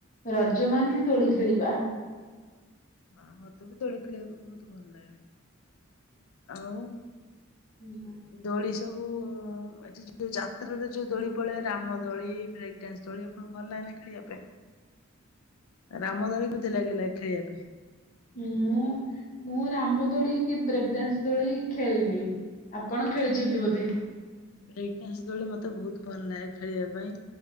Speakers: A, on the left (about 40°); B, on the left (about 90°).
A: ରଜମାନେ ଦୋଳି ଖେଳିବା।
B: ହଁ ମତେ ବି ଦୋଳି ଖେଳିବାକୁ ବହୁତ ଭଲ ଲାଗେ ଆଉ।
A: ହୁଁ।
B: ଦୋଳି ସବୁ ଏଠି ଯୋଉ ଯାତ୍ରାରେ ଯୋଉ ଦୋଳି ପଦେ ରାମ ଦୋଳି ବ୍ରେକ୍ ଡାନ୍ସ ଦୋଳି ଆପଣଙ୍କୁ ଭଲ ଲାଗେନା ଖେଳିବା ପାଇଁ ରାମ ଦୋଳି କେମିତି ଲାଗିଲା ଖେଳିବା ପାଇଁ
A: ମୁଁ ମୁଁ ରାମ ଦୋଳି କି ବ୍ରେକ୍ ଡାନ୍ସ ଦୋଳି ଖେଳିନି ଆପଣ ଖେଳିଛନ୍ତି ବୋଧେ।
B: ବ୍ରେକ୍ ଡାନ୍ସ ଦୋଳି ମତେ ବହୁତ ଭଲ ଲାଗେ ଖେଳିବା ପାଇଁ।